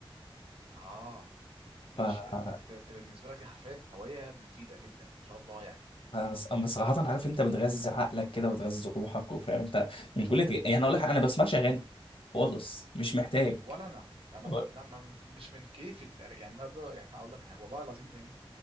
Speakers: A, on the right; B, on the left.
A: اه ماشي
B: الحلقه
A: طب ده ده بالنسبة لك دي حرفيا هواية مفيدة جدا ان شاء الله يعني
B: انا ص- أما صراحه عارف انت بتغذي عقلك كده وتغذي روحك وفاهم انت من كل تج... يعني اقول لك حاجة، انا بسمعش اغاني خالص مش محتاج
A: ولا انا انا
B: هو-
A: م- لا ما- مش من كيفي ال- يعني النهارده يعني هقول لك انا والله العظيم يعني